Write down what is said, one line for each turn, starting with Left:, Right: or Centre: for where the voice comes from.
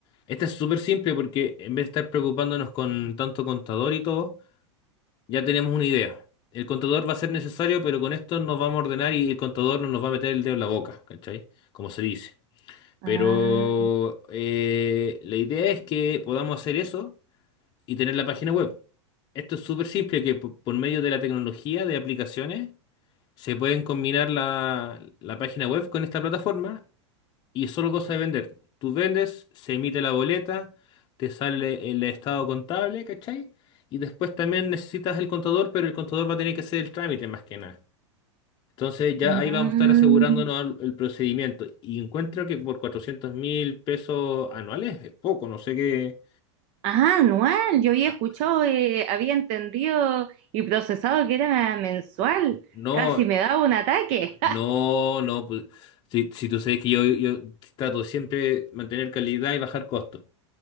Left: Esta es súper simple porque en vez de estar preocupándonos con tanto contador y todo, ya tenemos una idea. El contador va a ser necesario, pero con esto nos vamos a ordenar y el contador no nos va a meter el dedo en la boca, ¿cachai? Como se dice.
Right: Ah,
Left: Pero eh, la idea es que podamos hacer eso y tener la página web. Esto es súper simple que por por medio de la tecnología de aplicaciones se pueden combinar la, la página web con esta plataforma y es solo cosa de vender. Tú vendes, se emite la boleta, te sale el estado contable, ¿cachai? Y después también necesitas el contador, pero el contador va a tener que hacer el trámite más que nada. Entonces ya
Right: mm.
Left: ahí vamos a estar asegurándonos al- el procedimiento. Y encuentro que por cuatrocientos mil pesos anuales es poco, no sé qué.
Right: Ah, anual. Yo había
Left: Ah,
Right: escuchado, eh, había entendido y procesado que era mensual.
Left: No,
Right: Casi me daba un ataque.
Left: no, no. pues, si, si tú sabes que yo, yo trato siempre de mantener calidad y bajar costos.